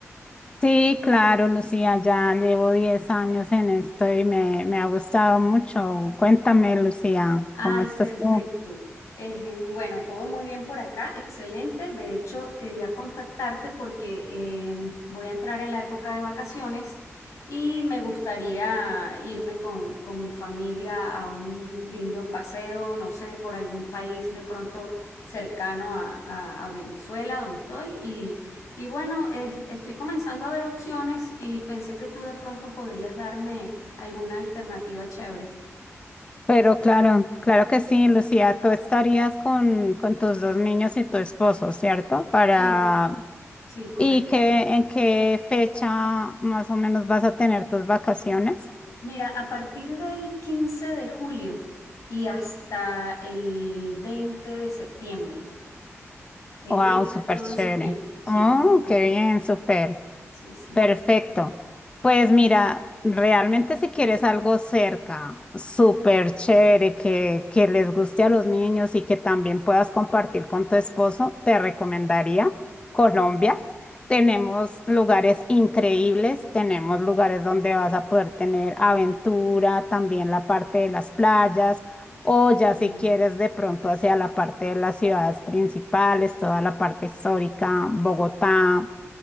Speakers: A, on the left; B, on the left.
A: Sí, claro, Lucía, ya llevo 10 años en esto y me, me ha gustado mucho. Cuéntame, Lucía,
B: Ay,
A: ¿cómo estás
B: perfecto.
A: tú?
B: Eh, bueno, todo muy bien por acá, excelente. De hecho, quería contactarte porque eh, voy a entrar en la época de vacaciones y me gustaría irme con, con mi familia a un lindo paseo, no sé, por algún país de pronto cercano a, a- a Venezuela, donde estoy. Y, y bueno, es- estoy comenzando a ver opciones y pensé que tú de pronto podrías darme alguna alternativa chévere.
A: Pero claro, claro que sí, Lucía, tú estarías con, con tus dos niños y tu esposo, ¿cierto? Para...
B: Sí, sí, correcto.
A: ¿Y qué, en qué fecha más o menos vas a tener tus vacaciones?
B: Mira, a partir del 15 de julio y hasta el 20 de septiembre. Tengo
A: Wow,
B: libre
A: súper
B: todo
A: chévere.
B: ese tiempo. Sí,
A: Oh, qué bien, súper.
B: sí, sí.
A: Perfecto. Pues mira, realmente si quieres algo cerca, súper chévere, que, que les guste a los niños y que también puedas compartir con tu esposo, te recomendaría Colombia. Tenemos lugares increíbles, tenemos lugares donde vas a poder tener aventura, también la parte de las playas. O ya
B: Genial.
A: si quieres de pronto hacia la parte de las ciudades principales, toda la parte histórica, Bogotá,